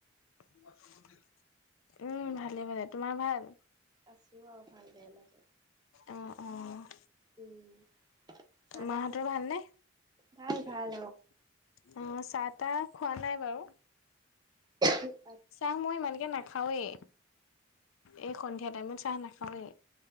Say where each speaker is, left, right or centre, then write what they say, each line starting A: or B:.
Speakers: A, on the left; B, on the right.
A: উম, ভালেই, ভালেই, তোমাৰ ভাল?
B: আছো আৰু ভাল বেয়া মাজত।
A: অ', অ'
B: উম চাহ
A: মাহ
B: তাহ
A: হঁতৰ
B: খালা?
A: ভাল নে?
B: ভাল ভাল
A: অ', চাহ-তাহ খোৱা নাই বাৰু।
B: উ <unintelligible>
A: চাহ মই ইমানকে নাখাওৱেই, এই সন্ধিয়া টাইমত চাহ নাখাওৱেই।